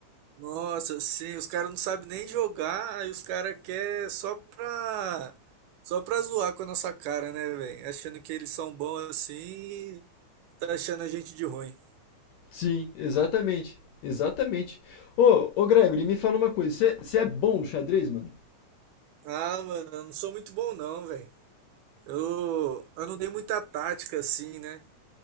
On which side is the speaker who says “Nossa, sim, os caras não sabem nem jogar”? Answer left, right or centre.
Right